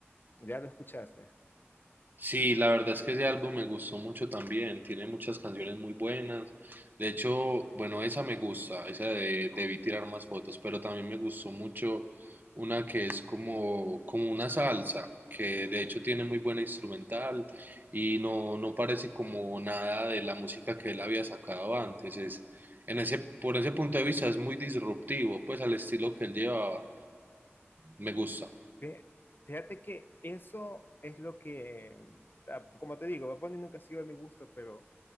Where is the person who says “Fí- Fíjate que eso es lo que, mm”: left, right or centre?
Left